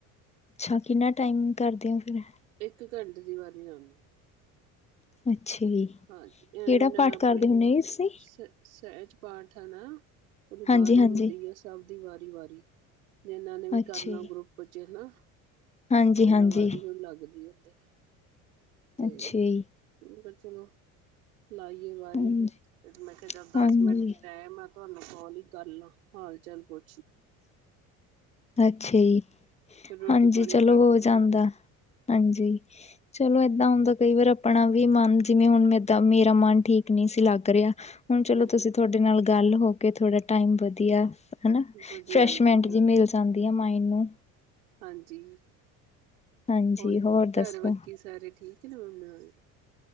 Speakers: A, on the left; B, on the right.
A: ਅੱਛਾ, ਕਿੰਨਾ ਟਾਈਮ ਕਰਦੇ ਹੋ ਫਿਰ ਐ
B: ਇੱਕ ਘੰਟੇ ਦੀ ਵਾਰੀ ਆਉਦੀ।
A: ਅੱਛਾ ਜੀ
B: ਹਾਂਜੀ ਇਹਨਾ
A: ਕਿਹੜਾ ਪਾਠ
B: ਨੇ ਆਪਣੇ
A: ਕਰਦੇ ਹੁੰਨੇ ਜੀ ਤੁਸੀਂ
B: ਸਿਰ ਸਹਿਜ ਪਾਠ ਹੈ ਨਾ, ਉਹਦੀ ਵਾਰੀ
A: ਹਾਂਜੀ ਹਾਂਜੀ
B: ਹੁੰਦੀ ਆ, ਸਭ ਦੀ ਵਾਰੀ ਵਾਰੀ। ਜਿੰਨਾਨੇ ਨੇ ਵੀ
A: ਅੱਛਾ
B: ਕਰਨਾ,
A: ਜੀ
B: ਗਰੁੱਪ ਚ ਨਾ,
A: ਹਾਂਜੀ-ਹਾਂਜੀ,
B: ਦਾ ਵਾਰੀ ਉਹ ਲੱਗਦੀ ਇਧਰ। ਤੇ
A: ਅੱਛਾ ਜੀ,
B: ਫਿਰ ਗੱਲ ਸੁਣੋ ਲਾਈ ਏ ਵਾਰੀ,
A: ਹਾਂਜੀ,
B: ਮੈਂ ਕਿਹਾਚਲ ਦਸ
A: ਹਾਂਜੀ।
B: ਮਿੰਟ, ਟਾਈਮ ਆ ਤੁਹਾਨੂੰ ਕਾਲ ਹੀ ਕਰ ਲਾ, ਹਾਲ ਚਾਲ ਪੂ
A: ਅੱਛਾ ਜੀ,
B: ਫਿਰ ਰੋਟੀ
A: ਹਾਂਜੀ
B: ਪਾਣੀ
A: ਚਲੋ
B: ਖਾ ਲ
A: ਹੋ ਜਾਂਦਾ ਹਾਂਜੀ ਚਲੋ ਏਦਾਂ ਹੁੰਦਾ ਕਈ ਵਾਰ ਆਪਣਾ ਵੀ ਮਨ, ਜਿਵੇਂ ਹੁਣ ਮਦਾਂ ਮੇਰਾ ਮਨ ਠੀਕ ਨਹੀਂ ਸੀ ਲੱਗ ਰਿਹਾ। ਹੁਣ ਚਲੋ
B: ਹਮ
A: ਤੁਸੀਂ ਤੁਹਾਡੇ ਨਾਲ ਗੱਲ ਹੋ ਕੇ, ਥੋੜ੍ਹਾ ਟਾਈਮ ਵਧੀਆ ਹੈਨਾ।
B: ਹਮ
A: ਫਰੈਸ਼ਮੈਂਟ
B: ਵਧੀਆ ਲੱਗ ਹਾਂ
A: ਜੀ ਮਿਲ ਜਾਂਦੀ ਐ, ਮਾਇੰਡ ਨੂੰ।
B: ਹਾਂਜੀ,
A: ਹਾਂਜੀ
B: ਹੋਰ ਘਰ
A: ਦੱਸੋ?
B: ਬਾਕੀ ਸਾਰੇ ਠੀਕ ਨਾ, ਮੰਮੇ ਵਾਲੇ।